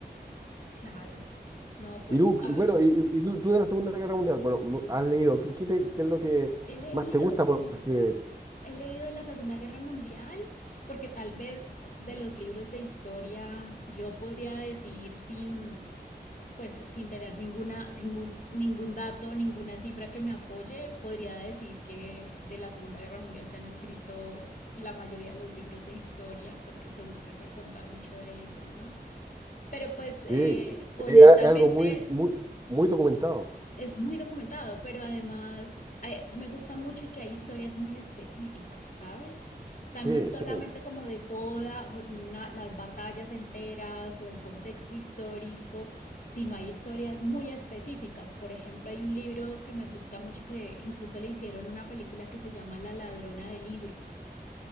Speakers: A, on the left; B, on the right.
A: claro. No, pues
B: Y tú,
A: a
B: bueno,
A: ver,
B: y, y- y tú, tú de la Segunda Guerra Mundial, bueno, has leído, ¿qué, qué te- qué es lo que
A: he leído,
B: más te gusta?
A: sí,
B: Porque
A: he leído de la Segunda Guerra Mundial, porque tal vez de los libros de historia yo podría decir sin pues sin tener ninguna, sin ningún dato, ninguna cifra que me apoye, podría decir que de la Segunda Guerra Mundial se han escrito la mayoría de los libros de historia porque se busca recontar mucho de eso, ¿no? Pero pues eh,
B: Sí, es
A: honestamente
B: es algo muy, muy, muy documentado.
A: es muy documentado, pero además eh, me gusta mucho que hay historias muy específicas, ¿sabes? O sea, no
B: Sí,
A: es solamente
B: sí,
A: como de todas las batallas enteras o el contexto histórico, sino hay historias muy específicas. Por ejemplo, hay un libro que me gusta mucho que incluso le hicieron una película que se llama La ladrona de libros.